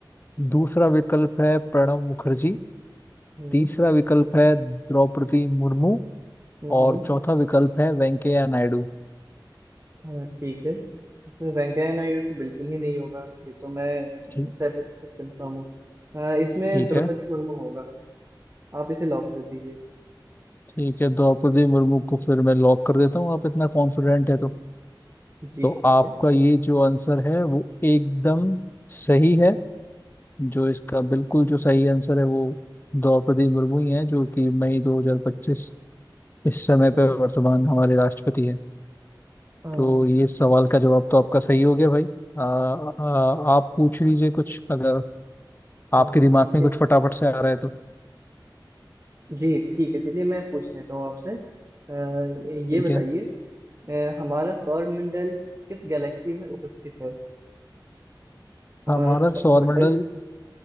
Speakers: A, on the right (about 30°); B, on the left (about 25°).
A: हाँ
B: दूसरा विकल्प है प्रणब मुखर्जी
A: हम्म
B: तीसरा विकल्प है द्रौपदी मुर्मू
A: हम्म
B: और
A: हम्म।
B: चौथा विकल्प है वेंकैया नायडू
A: हाँ ठीक है इसमें वेंकैया नायडू तो बिल्कुल ही नहीं होगा ये तो मैं
B: ठीक
A: सौ प्रतिशत कंफर्म हूँ हाँ, इसमें
B: ठीक
A: द्रौपदी
B: है
A: मुर्मू होगा आप इसे लॉक कर दीजिए
B: ठीक है द्रौपदी मुर्मू को फिर मैं लॉक कर देता हूँ आप इतना कॉन्फिडेंट है तो
A: जी
B: तो
A: ठीक
B: आपका
A: है
B: ये जो आंसर है वो एकदम सही है जो इसका बिल्कुल जो सही आंसर है वो द्रौपदी मुर्मू ही है जो कि मई 2025 इस समय
A: हम्म।
B: पर वर्तमान हमारे राष्ट्रपति है
A: हाँ
B: तो ये
A: ठीक
B: सवाल
A: है
B: का जवाब तो आपका सही हो गया भाई आ, आ, आप पूछ लीजिए कुछ अगर आपके
A: हम्म,
B: दिमाग
A: ठीक
B: में
A: है
B: कुछ फटाफट से आ रहा है तो
A: जी ठीक है चलिए मैं पूछ लेता हूँ आपसे अ, ये
B: ठीक
A: बताइए
B: है
A: अ, हमारा सौर मंडल किस गैलेक्सी में उपस्थित है हमारा
B: हमारा
A: सौर
B: सौरमंडल
A: मंडल